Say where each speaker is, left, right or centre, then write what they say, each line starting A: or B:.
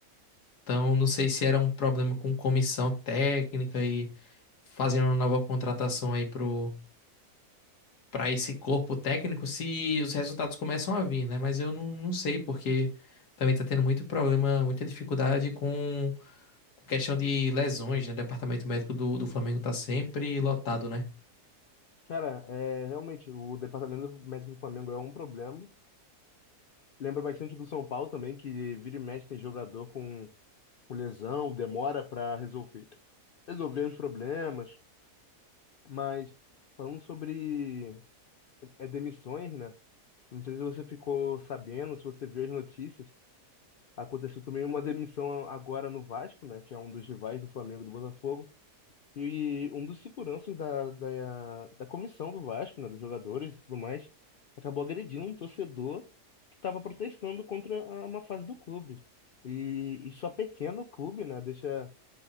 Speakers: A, on the left; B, on the left.
A: Então, não sei se era um problema com comissão técnica e fazendo uma nova contratação aí pro para esse corpo técnico, se os resultados começam a vir, né? Mas eu não, não sei porque também tá tendo muito problema, muita dificuldade com, com questão de lesões, né? O departamento médico do, do Flamengo tá sempre lotado, né?
B: Cara, é, realmente, o departamento médico do Flamengo é um problema. Lembra bastante do São Paulo também, que vira e mexe tem jogador com, com lesão, demora para resolver, resolver os problemas. Mas falando sobre é, demissões, né? Não sei se você ficou sabendo, se você viu as notícias. Aconteceu também uma demissão agora no Vasco, né? Que é um dos rivais do Flamengo e do Botafogo. E um dos seguranças da, da, da comissão do Vasco, né, dos jogadores e tudo mais, acabou agredindo um torcedor que estava protestando contra a má fase do clube. E isso é pequeno o clube, né, deixa,